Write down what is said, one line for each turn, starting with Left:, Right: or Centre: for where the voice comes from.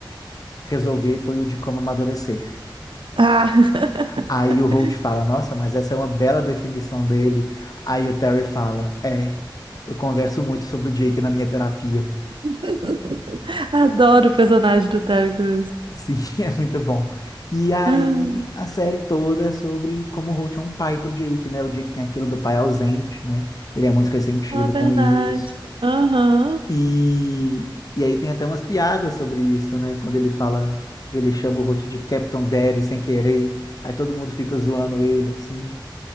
Left: resolver foi o de como amadurecer.
Right: Ah.
Left: Aí
Right: <laughs>
Left: o Holt fala, nossa, mas essa é uma bela definição dele. Aí o Terry fala, é, eu converso muito sobre o Jake na minha terapia.
Right: <laughs> Adoro o personagem do Terry Crews.
Left: Sim, <laughs> é muito bom. E aí
Right: Ah,
Left: a série toda é sobre como o Holt é um pai pro Jake, né? O Jake tem aquilo do pai ausente, né? Ele é muito ressentido
Right: é verdade.
Left: com isso.
Right: Aham.
Left: E, e aí tem até umas piadas sobre isso, né? Quando ele fala, ele chama o Holt de Captain Daddy sem querer. Aí todo mundo fica zoando ele, assim.